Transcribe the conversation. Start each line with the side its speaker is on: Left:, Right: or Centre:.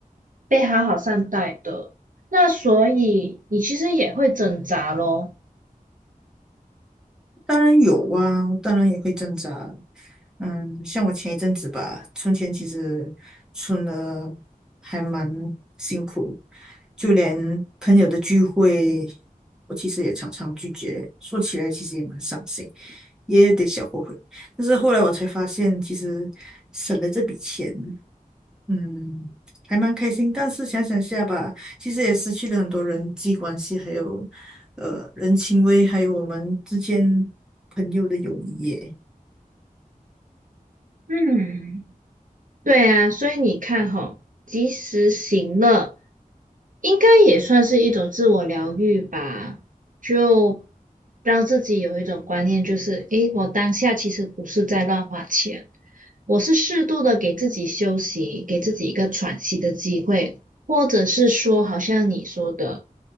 Right: 被好好善待的。那所以你其实也会挣扎咯。
Centre: 当然有啊，当然也会挣扎。嗯，像我前一阵子吧，存钱其实存了还蛮辛苦，就连朋友的聚会，我其实也常常拒绝。说起来其实也蛮伤心，也有点小后悔。但是后来我才发现，其实省了这笔钱。嗯，还蛮开心，但是想想下吧，其实也失去了很多人际关系，还有呃人情味，还有我们之间朋友的友谊耶。
Right: 嗯对啊，所以你看吼，及时行乐应该也算是一种自我疗愈吧，就让自己有一种观念，就是诶，我当下其实不是在乱花钱，我是适度的给自己休息，给自己一个喘息的机会，或者是说，好像你说的，